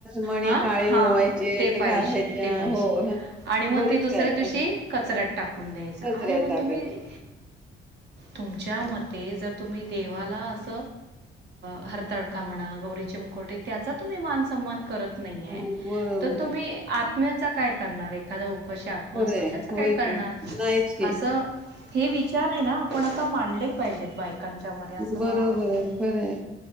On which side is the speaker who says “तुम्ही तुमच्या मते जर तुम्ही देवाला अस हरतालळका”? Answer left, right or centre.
Right